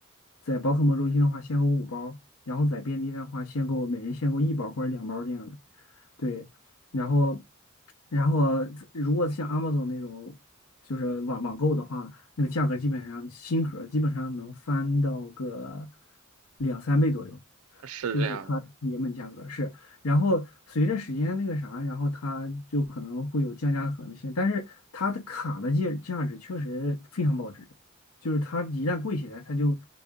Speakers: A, on the left; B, on the right.
A: 在宝可梦中心的话，限购五包。然后在便利店的话，限购每人限购一包或者两包这样的。对，然后，然后如果像 Amazon 那种就是网网购的话，那个价格基本上新盒儿基本上能翻到个两三倍左右，
B: 是这样的。
A: 就是它原本价格是。然后随着时间那个啥，然后它就可能会有降价的可能性，但是它的卡的价价值确实非常保值，就是它一旦贵起来，它就。